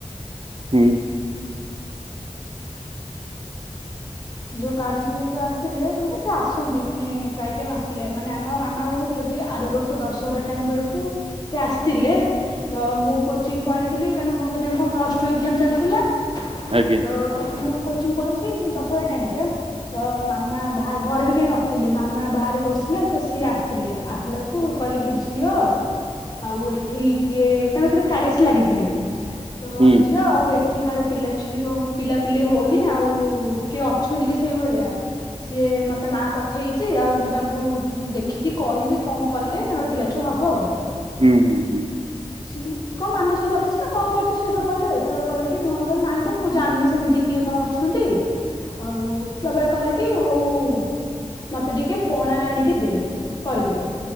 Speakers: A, on the right (about 50°); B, on the left (about 30°).
A: ହୁଁ।
B: ଯୋଉ କାଳିଶି ଯେହେତୁ ଆସିଥିଲେ ମାନେ ସେ ଆସନ୍ତି ମାନେ ପ୍ରାୟ ଟାଇମ୍ ଆସିଲେ ମାନେ ଆମ ମାମା କହୁଥିଲେ କି ଆର ବର୍ଷ ଦଶହରା ଟାଇମ୍ ବେଳକୁ ସେ ଆସିଥିଲେ ତ ମୁଁ କୋଚିଂ ପଳେଇଥିଲି କାରଣ ମୋ ସେ ଟାଇମ୍ କୁ ପ୍ଲସ୍ ଟୁ ଏକ୍ଜାମ୍ ଚାଲିଥିଲା।
A: ଆଜ୍ଞା
B: ତ ମୁଁ କୋଚିଂ ପଳେଇଚି ଦଶହରା ଟାଇମ୍ ଟା ତ ମାମା ବା ଘରେ ବି କେହିଁ ନଥିଲେ ମାମା ବାହାରେ ବସିଲେ ତ ସିଏ ଆସିଲେ ଆସିଲା କୁ କହିଲିକି ଝିଅ?
A: <inaudible>
B: ଆଉ ଏଠି କିଏ ତାଙ୍କଥିରେ କାଳିଶି ଲାଗିଥିଲେ ତ
A: ହୁଁ
B: ଝିଅ ଆଉ ଏ ଏଠିକାର ପିଲାଛିଲି ହଉ-ପିଲାପିଲି ହୋଉନି ଆଉ କିଏ ଅଛନ୍ତି କି ସେଇଭଳିଆ? ସିଏ ମୋତେ ମା ପଠ ପଠେଇଚି ଆଉ ମୁଁ ତାଙ୍କୁ ଦେଖିକି କହିବି କଣ କଲେ ତାଙ୍କର ପିଲାଛୁଆ ହବ ଆଉ।
A: ହୁଁ, ହୁଁ, ହୁଁ।
B: ସି କଣ ମାନସିକ ରଖିଛି ନା କଣ କରୁଛି ସେ କଥା କହିଲେ ତାପରେ କହିଲେ କି ମାମା କହିଲେ ନାଇଁ ତ ମୁଁ ଜାଣିନି ସେମିତି କିଏ କଣ ଅଛନ୍ତି ଆଉ ସେତେବେଳେ କହିଲେ କି ହୋଉ ମତେ ଟିକେ ପଣା ଆଣିକି ଦେ କହିଲେ।